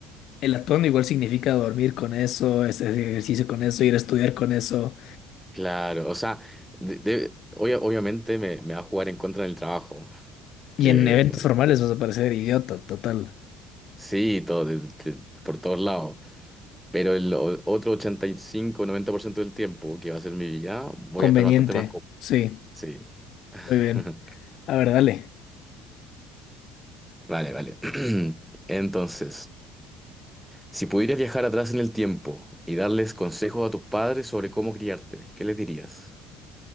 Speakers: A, on the left (about 60°); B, in the centre.
A: el atuendo igual significa dormir con eso, es- hacer ejercicio con eso, ir a estudiar con eso.
B: Claro, o sea, de- de- obvia- obviamente me, me va a jugar en contra del trabajo, que
A: Y en eventos formales vas a parecer idiota, total.
B: sí, todo, de- de- por todos lados, pero el o- otro ochenta y cinco-noventa por ciento del tiempo que va a ser mi vida, voy
A: Conveniente,
B: a estar bastante más cómodo.
A: sí,
B: Sí.
A: muy
B: <laughs>
A: bien. A ver, dale.
B: Vale, vale. <clears throat> Entonces, si pudieras viajar atrás en el tiempo y darles consejos a tus padres sobre cómo criarte, ¿qué les dirías?